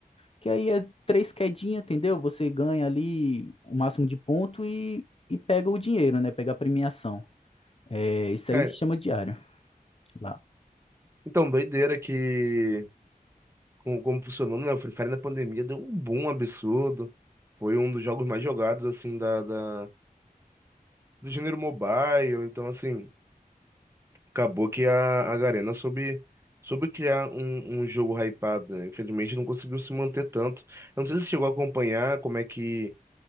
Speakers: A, on the left; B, on the right.
A: que aí é três quedinhas, entendeu? Você ganha ali o máximo de ponto e, e pega o dinheiro, né? Pega a premiação. É, isso
B: É,
A: aí chama diário lá.
B: Então, doideira que como, como funcionou, né? O Free Fire na pandemia deu um boom absurdo. Foi um dos jogos mais jogados, assim, da, da- do gênero mobile. Então, assim, acabou que a, a Garena soube, soube criar um, um jogo hypado. né? Infelizmente, não conseguiu se manter tanto. Eu não sei se você chegou a acompanhar como é que...